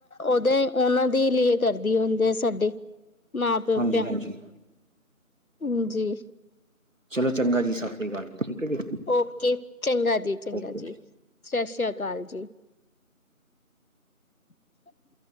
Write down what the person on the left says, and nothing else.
ਓਦੇ ਓਨਾਂ ਦੇ ਈ ਲੀਏ ਕਰਦੀ ਹੁੰਦੇ ਆ ਸਾਡੇ ਮਾਂ <unintelligible>
ਹਾਂਜੀ!
ਓਕੇ! ਚੰਗਾ ਜੀ, ਚੰਗਾ
ਜੀ, ਸਾਸਰੀ ਆ ਕਾਲ ਜੀ। <inaudible>